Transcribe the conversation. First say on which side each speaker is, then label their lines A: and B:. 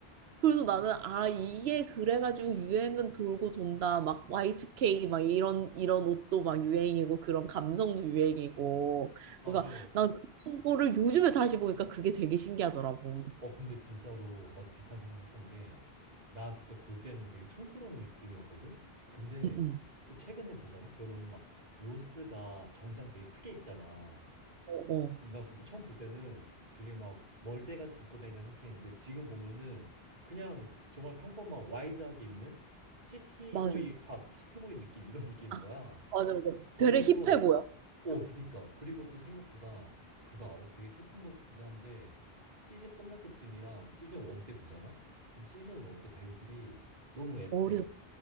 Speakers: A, on the right; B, on the right.
A: 그래서 나는 아 이게 그래가지고 유행은 돌고 돈다 막 Y2K 막 이런 이런 옷도 막 유행이고 그런 감성도 유행이고
B: 맞아.
A: 그러니까 난 그런 거를 요즘에 다시 보니까 그게 되게 신기하더라고.
B: 어, 근데 진짜로 나도 비슷한 생각 했던 게, 나 그때 볼 때는 되게 촌스러운 느낌이었거든? 근데
A: 응, 응.
B: 또 최근에 보잖아? 그러면은 막 로스가 정장 되게 크게 입잖아.
A: 어, 어.
B: 근데 나 그때 처음 볼 때는 되게 막 멀대같이 입고 다닌다 생각했는데 지금 보면은 그냥 정말 평범한 와이드하게 입는 시티보이
A: 맞아.
B: 팝, 시티보이 느낌, 이런 느낌인
A: 아,
B: 거야.
A: 맞아, 맞아.
B: 보면서
A: 되레 힙해 보여.
B: 어 그니까 그리고 또 생각보다 그거 알아? 되게 슬픈 거기도 한데 시즌 끝날 때쯤이랑 시즌 1 때 보잖아? 그럼 시즌 1 때 배우들이 너무 앳돼
A: 어려.